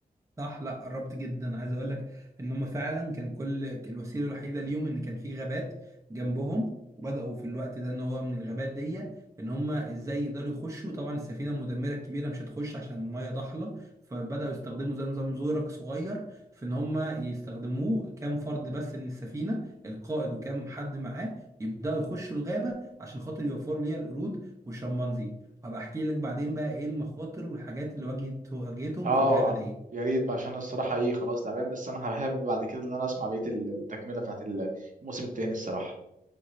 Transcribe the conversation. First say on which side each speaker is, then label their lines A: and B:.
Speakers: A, on the right (about 20°); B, on the right (about 55°).
A: صح لا قربت جدا عايز اقول لك ان هم فعلا كان كل الوسيله الوحيده ليهم ان كان في غابات جنبهم وبداوا في الوقت ده ان هو من الغابات دي ان هم ازاي يقدروا يخشوا طبعا السفينه المدمره الكبيره مش هتخش عشان الميه ضحله فبداوا يستخدموا زي نظام زورق صغير في ان هم يستخدموه كام فرد بس من السفينه القائد وكام حد معاه يبداوا يخشوا الغابه عشان خاطر يوفروا ليها القرود والشمبانزي هبقى احكي لك بعدين بقى ايه المخاطر والحاجات اللي واجهت واجهتهم
B: اه
A: في الغابه دي
B: يا ريت بقى، عشان الصراحه ايه خلاص تعبان بس انا حابب بعد كده ان انا اسمع بقيه التكمله بتاعت الموسم التاني الصراحه